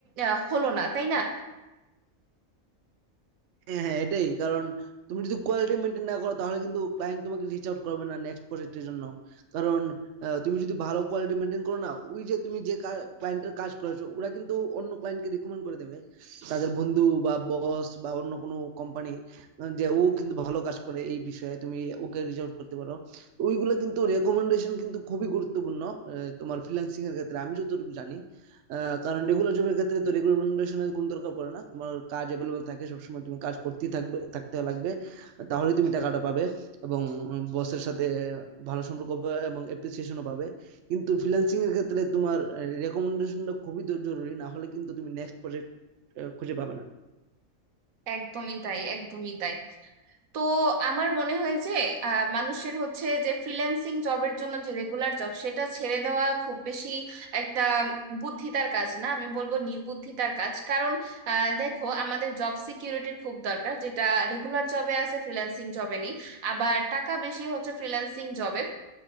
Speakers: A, on the right; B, on the right.
A: আহ, হলো না তাই না
B: হ্যাঁ হ্যাঁ এটাই কারণ তুমি যদি কোয়ালিটি মেনটেন না করো তাহলে কিন্তু ক্লায়েন্ট তোমাকে রিচ আউট করবে না নেক্সট প্রজেক্টের জন্য কারণ আহ, তুমি যদি ভালো কোয়ালিটি মেনটেন করো না ওই যে তুমি যে ক্লায়েন্টের কাজ করেছো ওরা কিন্তু অন্য ক্লায়েন্টকে রিকমেন্ড করে দেবে তাদের বন্ধু বা বস বা অন্য কোনো কোম্পানি যে ও কিন্তু ভালো কাজ করে এই বিষয়ে তুমি ওকে রিচ আউট করতে পারো ওইগুলো কিন্তু রেকমেন্ডেশন কিন্তু খুবই গুরুত্বপূর্ণ আহ, তোমার ফ্রিল্যান্সিং এর ক্ষেত্রে আমি যতটুকু জানি আহ, কারণ রেগুলার জবের ক্ষেত্রে তো রেগুলার কোনো দরকার পড়ে না তোমার কাজ অ্যাভেলেবল থাকে সবসময় তুমি কাজ করতেই থাকবে থাকতে লাগবে তাহলে তুমি টাকাটা পাবে এবং বসের সাথে ভালো সম্পর্ক হবে এবং অ্যাপ্রিসিয়েশনও পাবে কিন্তু ফ্রিল্যান্সিং এর ক্ষেত্রে তোমার রেকমেন্ডেশনটা খুবই দ- জরুরি না হলে কিন্তু তুমি নেক্সট প্রজেক্ট খুঁজে পাবে না
A: একদমই তাই একদমই তাই তো আমার মনে হয় যে আহ, মানুষের হচ্ছে যে ফ্রিল্যান্সিং জবের জন্য যে রেগুলার জব সেটা ছেড়ে দেওয়া খুব বেশি একটা বুদ্ধিতার কাজ না আমি বলবো নির্বুদ্ধিতার কাজ কারণ আহ, দেখো আমাদের জব সিকিউরিটির খুব দরকার যেটা রেগুলার জবে আছে ফ্রিল্যান্সিং জবে নেই আবার টাকা বেশি হচ্ছে ফ্রিল্যান্সিং জবে